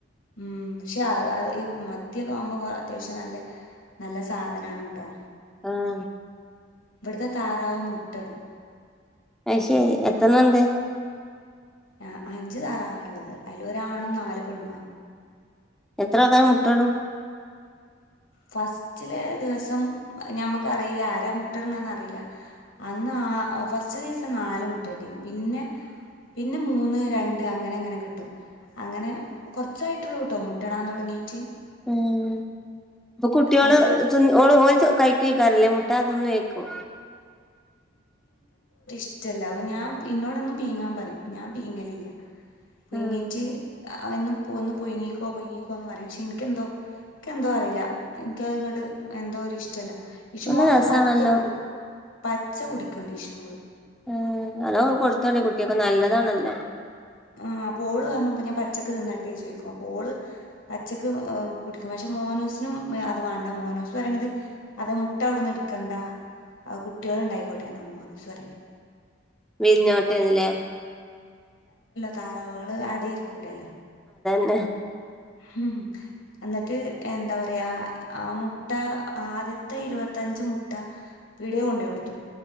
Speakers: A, on the left; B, in the centre.
A: ഉം പക്ഷെ മത്തിയൊക്കെ ആവുമ്പോ അത്യാവശ്യം നല്ല നല്ല സാധനാണ് കേട്ടോ
B: ആഹ
A: ഇടത താറാവും മുട്ടടും
B: അ ശരി എത്രണുണ്ട്
A: ആ അഞ്ചു താറാവ ഉള്ളത് അതില് ഒരാണും നാല് പെണ്ണുവാ
B: എത്ര ആക്കാരം മുട്ടടും
A: ഫസ്റ്റിലെ ദിവസം ഞമ്മക്കറിയില്ല ആരാ മുട്ടിടണന്ന് അറിയില്ല അന്ന് ആ ഫസ്റ്റ് ദിവസം നാല് മുട്ട ഇട്ടിന് പിന്നെ പിന്നെ മൂന്ന് രണ്ട് അങ്ങനെ അങ്ങനെ കിട്ടും അങ്ങനെ കൊറച്ചായിട്ടുള്ളൂ കട്ടോ മുട്ടടാന്ന് തുടങ്ങീട്ട്
B: ഉം അപ്പൊ കുട്ടികള്ഓഓ
A: ഒരു
B: കഴക്കെക്കാറില്ലേ മുട്ട അതൊന്നും കേക്കോ
A: ചറ്റല്ല അ ഞാൻ ഇന്നോടൊന്നും പീങ്ങാൻ പറയും ഞാൻ പീങ്ങലില്ല പുങ്ങിറ്റ്ന്ന്
B: ഉം
A: ഒന്ന് പുൊങ്ങിക്കോ പൊങ്ങിക്കോ ന്ന് പറയാം പക്ഷെ എനിക്കെന്തോ എനിക്ക എന്തോ അറിയില്ല എനിക്കങ്ങട്ടട് എന്തോ ഒരു ഇഷ്ടമല്ല ഇഷുമോളത്
B: ഒന്ന രസണല്ലോ
A: പച്ച കു പച്ച കുടിക്കണ്ട് ഈഷ്മോള്
B: ആ അലോ കൊടുത്തോണ്ടേ കുട്ടിയൊക്കെ നല്ലതാണല്ലോ <inaudible>
A: ആ് പോള് പറഞ്ഞപ്പോ ഞാൻ പച്ചക്ക് തിന്നിട്ട് ട്ട ചോദിക്കും അള് പച്ചക്ക് കുടിക്കും പക്ഷെ മോനൂസിനും അത് വേണ്ട മോനൂസ് പറയണത് അത് മുട്ട അവിടുന്ന് എടുക്കണ്ട കുട്ടികൾ ഉണ്ടായിക്കോട്ടെ <unintelligible> മോ അനുസ്വരണേ
B: വിരിഞ്ഞോട്ടേന്ന്ല്ലേ
A: താറകള് അടയിരിക്കൂലല്ലോ
B: ആ
A: ഹം എന്നിട്ട് എന്താ പറയാ ആ മുട്ട ആദ്യത്തെ ഇരുപത്തഞ്ച് മുട്ട പീടിയെ കൊണ്ട കൊടുത്തു